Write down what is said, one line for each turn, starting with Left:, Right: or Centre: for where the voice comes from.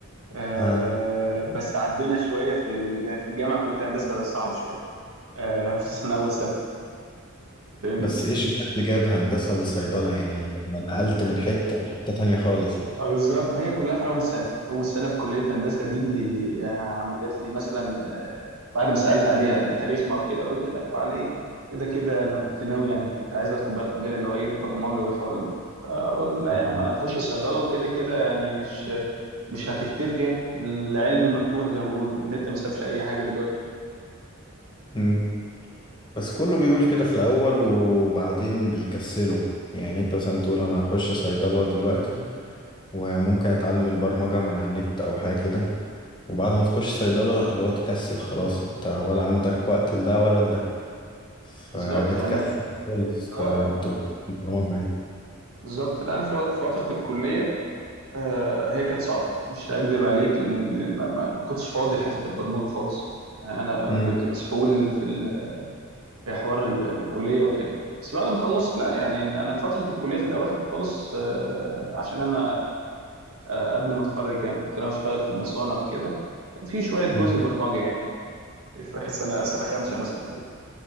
Right: آه،
Left: اه
Right: بس عندنا شويه في ال- في الجامعه كليه هندسه صعب شويه آه، خصوصا اول سنه أنت فاهمني
Left: بس ايش جاب اللي جاب هندسة لصيدلة يعني انت ما نقلت من حتة لحتة تانية خالص يعني
Right: آه، بالظبط ما هي كلها في اول سنه اول سنه في كليه هندسه دي اللي عملت لي مثلا آه، بعد ما سالت عليها يعني تاريخنا وكده قلت لا وعلى ايه كده كده انا كنت ناوي يعني كنت عايز ادخل بقى في مجال اللي هو ايه البرمجه والحوارات دي فقلت لا
Left: مم.
Right: يا عم انا هخش صيدله وكده كده يعني مش مش هتختفي يعني العلم مفتوح زي ما بيقولوا النت ما سابش اي حاجه دلوقتي
Left: مم. بس كله بيقول كده في الأول وبعدين بيكسلوا يعني انت مثلا تقول انا هخش صيدلة دلوقتي وممكن اتعلم البرمجة من على النت او حاجة كده وبعد ما تخش صيدلة اللي هو تكسل خلاص انت ولا عندك وقت لده ولا لده فبتكسل
Right: بالظبط انا
Left: خالص ت-
Right: اه اه
Left: تبقى في البرمجة يعني
Right: بالظبط لا انا في و- في فتره الكليه آه، هي كانت صعبه مش هكدب عليك ان ما ما- أنا ما كنتش فاضي لحته البرمجه خالص يعني انا
Left: مم.
Right: كنت مسحول في ال- في حوار ال- الكليه وكده بس بعد ما خلصت لا يعني انا في فتره الكليه في الاواخر خالص آه، عشان انا آه، قبل ما اتخرج يعني كنت انا اشتغل في المصانع وكده كان في شويه جزء
Left: مم.
Right: برمجه يعني في اخر سنه سنه خامسه مثلا